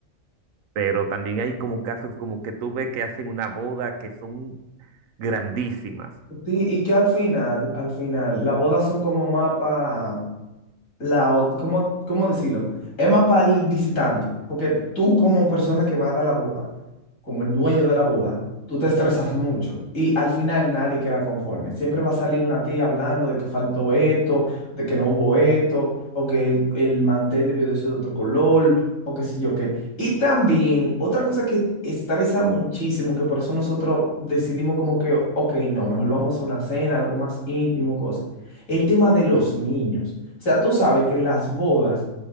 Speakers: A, on the right; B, on the left.
A: Pero también hay como casos como que tú ves que hacen una boda que son grandísimas.
B: Sí, y que al final, al final, las bodas son como mapa la, ot- ¿cómo, cómo decirlo? Es más para el visitante, porque tú como persona que va a dar la boda, como el dueño de la boda, tú te estresas mucho y al final nadie queda conforme. Siempre va a salir una tía hablando de que faltó esto, de que no hubo esto, o que el, el mantel debió de ser de otro color, o qué sé yo qué. Y también otra cosa que estresa muchísimo, que por eso nosotros decidimos como que, ok, no, mejor vamos a una cena, algo más íntimo, cosa. El tema de los niños. O sea, tú sabes que en las bodas